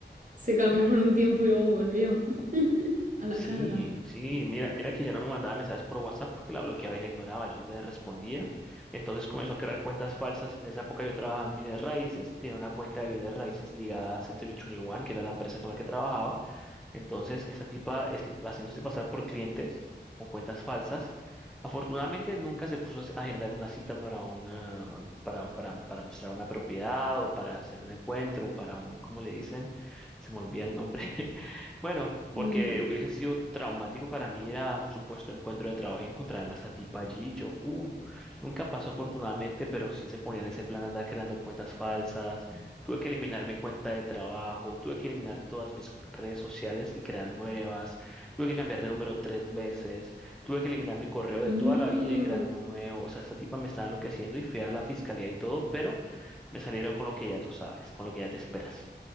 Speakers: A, on the right; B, in the centre.
A: Se calmó
B: <laughs>
A: por un tiempo y luego volvió <laughs> a la
B: Sí,
A: carga.
B: sí, mira, mira que ya no me mandaba mensajes por WhatsApp porque la bloqueaba y la ignoraba, yo no le respondía. Entonces comenzó a crear cuentas falsas. En esa época yo trabajaba en bienes raíces y tenía una cuenta de bienes raíces ligada a Century 21, que era la empresa con la que trabajaba. Entonces, esta tipa es que- haciéndose pasar por clientes con cuentas falsas. Afortunadamente, nunca se puso a agendar una cita para, una, para, para, para mostrar una propiedad o para hacer un encuentro, para un, ¿cómo le dicen? Se me olvida el nombre. <laughs> Bueno, porque
A: Mm,
B: hubiese sido traumático para mí ir a un supuesto encuentro de trabajo y encontrarme a esta tipa allí. Yo, uh, nunca pasó afortunadamente, pero sí se ponía en ese plan de andar creando cuentas falsas Tuve que eliminar mi cuenta de trabajo, tuve que eliminar todas mis redes sociales y crear nuevas, tuve que cambiar de número tres veces, tuve que eliminar mi correo de
A: mm,
B: toda la vida y crear uno nuevo. O sea, esta tipa me estaba enloqueciendo y fui a la fiscalía y todo, pero me salieron con lo que ya tú sabes, con lo que ya te esperas.